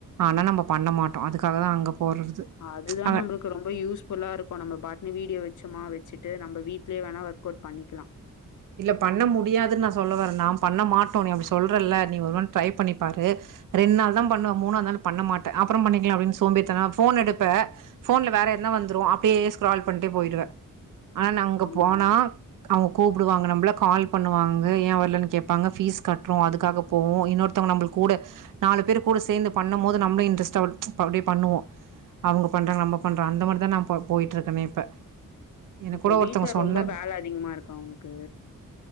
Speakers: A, on the right; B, on the left.
A: ஆனா நம்ப பண்ண மாட்டோ அதுக்காகதா அங்க போறது
B: அதுதா
A: அ
B: நம்பளுக்கு ரொம்ப யூஸ்ஃபுல்லா இருக்கு நம்ம பாட்டுனு வீடியோ வச்சோமா வெச் ச்சிட்டு நம்ப வீட்லயே வேணாலு ஒர்க் அவுட் பண்ணிக்கலா
A: இல்ல பண்ண முடியாதுன்னு நா சொல்ல வரல நா பண்ண மாட்டோ நீ அப்டி சொல்றல்ல நீ ஒரு நாள் ட்ரை பண்ணி பாரு ரெண்டு நாள்தா பண்ணுவ மூணாவது நாள் பண்ண மாட்ட அப்புறம் பண்ணிக்கலா அப்டின்னு சோம்பேறித்தனோ ஃபோன் எடுப்ப ஃபோன்ல வேற எதனா வந்துரு அப்டியே ஸ்க்ரால் பண்ட்டே போயிருவே ஆனா அங்க
B: ஆமாமா.
A: போனா அவங்க கூப் ப்பிடுவாங்க நம்பள கால் பண்ணுவாங்க ஏன் வரலன்னு கேப்பாங்க ஃபீஸ் கட்றோ அதுக்காக போவோ இன்னொருத்தவங்க நம்பளுக்கு கூட நாலு பேர் கூட சேந்து பண்ணும் போது நம்ளு இன்ட்ரெஸ்ட்டா அப்டியே பண்ணுவோ அவங்க பண்றாங்க நம்ம பண்றோ அந்த மாரிதா நா இப்ப போயிட்ருக்கே இப்ப எனக்கு
B: இப்ப
A: கூட
B: வீட்ல
A: ஒருத்தவங்க சொன்னது
B: ரொம்ப வேல அதிகமா இருக்கா உனக் க்கு